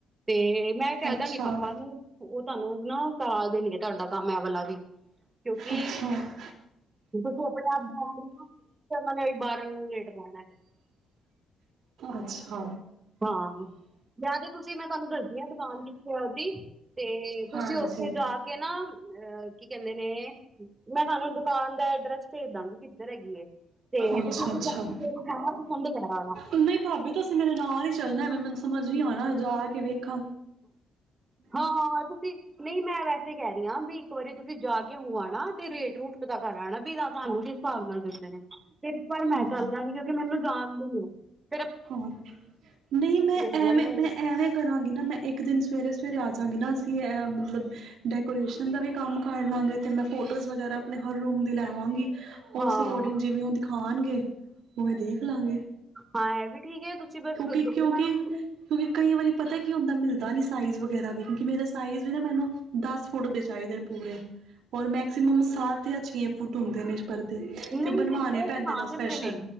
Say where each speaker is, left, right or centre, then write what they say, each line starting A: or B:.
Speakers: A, on the right (about 25°); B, on the right (about 75°).
A: ਤੇ ਮੈਂ ਕਹਿ
B: ਅੱਛਾ
A: ਦਾਂਗੀ ਪਾਪਾ ਨੂੰ, ਉਹ ਤੁਹਾਨੂੰ ਨਾ <unintelligible> ਦੇਣਗੇ। ਤੁਹਾਡਾ ਕੰਮ ਏਹ ਵਾਲਾ ਵੀ। ਕਿਉਂਕਿ
B: ਅੱਛਾ
A: ਤੁਸੀਂ ਆਪਣੇ ਆਪ ਜਾਓਗੇ ਨਾ, ਤੇ ਉਹਨਾਂ ਨੇ ਓਹੀ ਬਾਰ ਅੰਗੂ ਰੇਟ ਲਾਣਾ ਹੈ।
B: ਅੱਛਾ
A: ਹਾਂ ਯਾ ਤੇ ਤੁਸੀਂ ਮੈਂ ਤੁਹਾਨੂੰ ਦੱਸਦੀ ਹਾਂ ਦੁਕਾਨ ਕਿੱਥੇ ਐ ਓਹਦੀ? ਤੇ ਤੁਸੀਂ
B: ਹਾਂਜੀ
A: ਉੱਥੇ ਜਾ ਕੇ ਨਾ ਅਹ ਕੀ ਕਹਿੰਦੇ ਨੇ? ਮੈਂ ਤੁਹਾਨੂੰ ਦੁਕਾਨ ਦਾ ਐਡਰੈਸ ਭੇਜ ਦਾਂਗੀ। ਕਿਧਰ ਹੈਗੀ ਏ? ਤੇ
B: ਅੱਛਾ
A: ਤੁਸੀ
B: ਅੱਛਾ
A: ਉੱਥੇ <unintelligible> ਜਾਣਾ, ਪਸੰਦ ਕਰ ਆਨਾ।
B: ਨਹੀਂ ਭਾਬੀ ਤੁਸੀਂ ਮੇਰੇ ਨਾਲ ਹੀ ਚੱਲਣਾ ਹੈ ਐਵੇਂ ਮੈਨੂੰ ਸਮਝ ਨੀ ਆਉਣਾ, ਜਾ ਕੇ ਵੇਖ
A: ਹਾਂ-ਹਾਂ-ਹਾਂ ਤੁਸੀਂ ਨਹੀਂ ਮੈਂ ਵੈਸੇ ਹੀ ਕਹਿ ਰਹੀ ਹਾਂ, ਵੀ ਇੱਕ ਵਾਰੀ ਤੁਸੀਂ ਜਾ ਕੇ ਹੋ ਆਣਾ ਤੇ ਰੇਟ ਰੂਟ ਪਤਾ ਕਰ ਆਣਾ ਵੀ ਤਾਂ ਤੁਹਾਨੂੰ ਭਾਵ ਨਾਲ ਦਿੰਦੇ ਨੇ ਫਿਰ ਇੱਕ ਵਾਰ ਮੈਂ
B: ਹਾਂ
A: ਚੱਲ ਜਾਂਗੀ ਕਿਉਂਕਿ ਮੈਨੂੰ ਜਾਣਦੇ ਨਹੀਂ ਆ
B: ਹਾਂ ਨਹੀਂ ਮੈਂ ਐਵੇਂ
A: ਫਿਰ ਲੈ ਲਾਂਗੇ
B: ਮੈਂ ਐਵੇਂ ਕਰਾਂਗੀ ਨਾ ਮੈਂ ਇੱਕ ਦਿਨ ਸਵੇਰੇ ਸਵੇਰੇ ਆ ਜਾਂਗੀ ਨਾ ਅਸੀਂ ਮਤਲਬ ਡੈਕੋਰੇਸ਼ਨ ਦਾ ਵੀ ਕੰਮ ਕਰ ਲਵਾਂਗੇ ਅਤੇ ਮੈਂ ਫੋਟੋਜ਼ ਵਗੈਰਾ ਆਪਣੇ ਹਰ ਰੂਮ ਦੀ ਲੈ ਆਵਾਂਗੀ
A: ਹਾਂ
B: ਉਸ ਅਕੋਰਡਿੰਗ ਜਿਵੇਂ ਔ ਖਾਣਗੇ ਉਵੇਂ ਦੇਖਲਾਂਗੇ।
A: ਹਾਂ ਇਹ ਵੀ ਠੀਕ ਹੈ ਤੁਸੀਂ ਬਸ
B: ਕਿਉਂਕਿ ਕਿਉਂਕਿ
A: ਦੇਖ ਲੈਣਾ
B: ਕਿਉਂਕਿ ਕਈ ਵਾਰੀ ਪਤਾ ਕੀ ਹੁੰਦਾ ਮਿਲਦਾ ਨਹੀਂ ਸਾਈਜ਼ ਵਗੈਰਾ ਵੀ ਕਿਉਂਕਿ ਮੇਰਾ ਸਾਈਜ਼ ਵੀ ਨਾ ਮੈਨੂੰ ਦਸ ਫੁੱਟ ਦੇ ਚਾਹੀਦੇ ਨੇ ਪੂਰੇ ਔਰ ਮੈਕਸੀਮਮ ਸੱਤ ਜਾਂ ਛੇ ਫੁੱਟ ਹੁੰਦੇ ਨੇ ਕਰਦੇ
A: ਨਹੀਂ
B: ਤੇ ਬਣਵਾਉਣੇ
A: ਨਹੀਂ
B: ਪੈਂਦੇ
A: ਬਣਾ
B: ਨੇ ਉਹ ਸਪੈਸ਼ਲ
A: ਦਿੰਦੇ ਨੇ